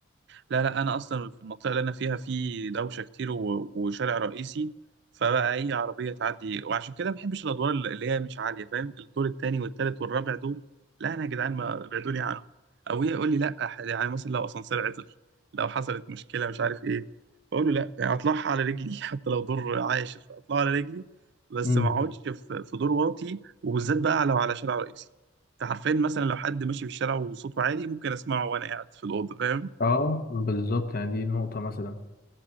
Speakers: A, on the right (about 55°); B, on the left (about 45°).
A: لا لا انا اصلا في المنطقه اللي انا فيها في دوشه كتير و- وشارع رئيسي فبقى اي عربيه تعدي وعشان كده ما بحبش الادوار اللي هي مش عاليه فاهم الدور التاني والتالت والرابع دول لا انا يا جدعان ما ابعدوني عنهم او هي يقول لي لا ح- يعني مثلا لو اسانسير عطل لو حصلت مشكله مش عارف ايه بقول له لا يعني اطلعها على رجلي <laughs> حتى لو دور عاشر اطلعها على رجلي بس
B: مم.
A: ما اقعدش في في دور واطي وبالذات بقى لو على شارع رئيسي انت عارفين مثلا لو حد ماشي في الشارع وصوته عالي ممكن اسمعه وانا قاعد في الاوضه فاهم
B: اه بالظبط يعني دي نقطه مثلا